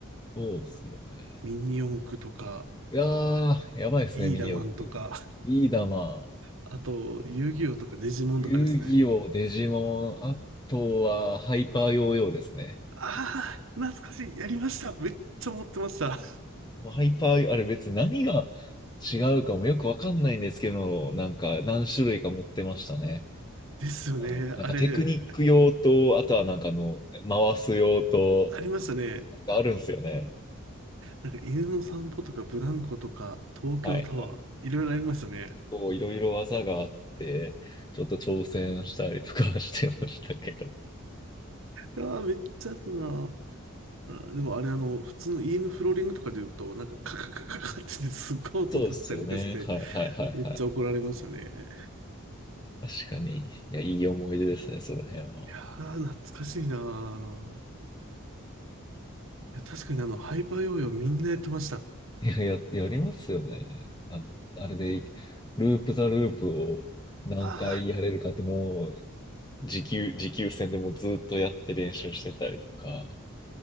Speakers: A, on the left (about 20°); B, on the right (about 65°).
A: そうっすよね。
B: ミニ四駆とか、
A: いやー、やばいですね、
B: ビーダマンとか、
A: ミニ四駆。ビーダマ
B: あと、遊戯王とかデジモンとかですね。
A: 遊戯王、デジモン、あとはハイパーヨーヨーですね。
B: ああ、懐かしい。やりました。めっちゃ持ってました。
A: もうハイパー、あれ別に何が違うかもよくわかんないんですけど、なんか何種類か持ってましたね。
B: ですよね。
A: はいなんかテクニック用と、
B: あれ、
A: あとはなんかあの、回す用と、
B: ありましたね。
A: なんかあるんですよね。
B: なんか犬の散歩とか、ブランコとか、東京タワー、
A: はいはい。
B: いろいろありましたね。
A: こういろいろ技があって、ちょっと挑戦したりとかはしてましたけど。
B: いやー、めっちゃやったなー。でもあれ、あの、普通の家のフローリングとかで言うと、なんかカカカカカってね <laughs> すっごい音立てたりとかして、
A: そうですよね。はいはいはいはい。
B: めっちゃ怒られましたね。
A: 確かに。いや、いい思い出ですね、その辺は。
B: いやー、懐かしいなー。いや、確かにあの、ハイパーヨーヨーみんなやってました。
A: いや、や、やりますよね。あの、あれで、ループザループを何回やれるかってもう、
B: ああ
A: 持久、持久戦でもうずっとやって練習してたりとか